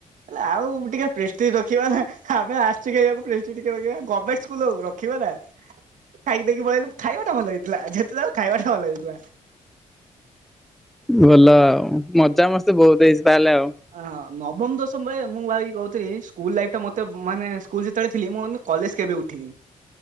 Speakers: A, on the right (about 70°); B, in the centre.
A: ହେଲେ ଆଉ ଟିକେ ପ୍ରେଷ୍ଟିଜ ରଖିବା ନା ଆମେ ଆସୁଚୁ ଖେଳିବାକୁ ପ୍ରେଷ୍ଟିଜ ଟିକେ ରଖିବା ଗର୍ଣମେଣ୍ଟ ସ୍କୁଲ ହଉ ରଖିବା ନା। ଖାଇ ଦେଇକି ପଳେଇଲୁ ଖାଇବାଟା ଭଲ ହେଇଥିଲା ଯେତେ ଯା ଖାଇବାଟା ଭଲ ହେଇଥିଲା।
B: ଭଲ ଆଉ ମଜା ମସ୍ତି ବହୁତ ହେଇଛି ତାହେଲେ ଆଉ।
A: ଅ ହଁ ନବମ ଦଶମ ବେଳେ ମୁଁ ଭାଇ କହୁଥିଲି ସ୍କୁଲ ଲାଇଫ୍ ଟା ମତେ ମାନେ ସ୍କୁଲ ଯେତେବେଳେ ଥିଲ ମୁଁ କଲେଜ କେବେ ଉଠିବି